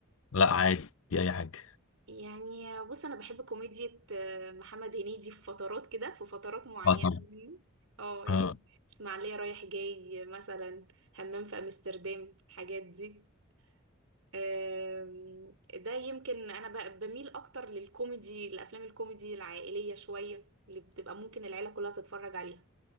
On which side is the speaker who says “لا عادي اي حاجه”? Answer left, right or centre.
Left